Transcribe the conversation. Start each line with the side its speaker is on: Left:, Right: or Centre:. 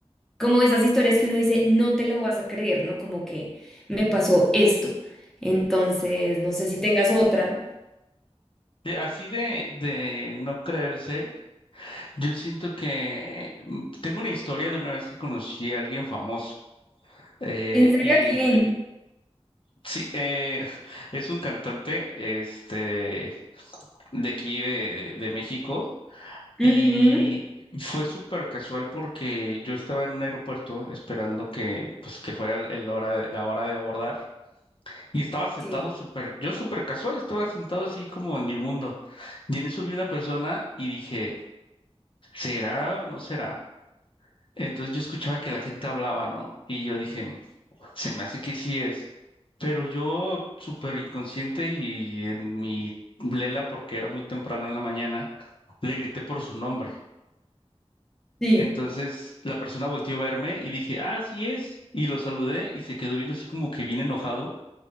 Centre: como esas historias que uno dice, no te lo vas a creer, ¿no? Como que me pasó esto. Entonces, no sé si tengas otra.
Left: De- así de, de no creerse. Yo siento que mm, tengo una historia de una vez que conocí a alguien famoso. eh,
Centre: ¿En
Left: y
Centre: serio quién?
Left: f- sí, eh, <laughs> es un cantante este, de aquí de, de México. Y
Centre: Ujú.
Left: fue súper casual porque yo estaba en un aeropuerto esperando que, pues, que fuera el el hora de- la hora de abordar. Y estaba sentado
Centre: Sí.
Left: súper, yo súper casual, estaba sentado así como en mi mundo. Y en eso vi una persona y dije, ¿será o no será? Entonces yo escuchaba que la gente hablaba, ¿no? Y yo dije, se me hace que sí es. Pero yo, súper inconsciente y en mi lela, porque era muy temprano en la mañana, le grité por su nombre.
Centre: Sí.
Left: Entonces la persona volteó a verme y dije, ah, sí es. Y lo saludé y se quedó viendo así como que bien enojado,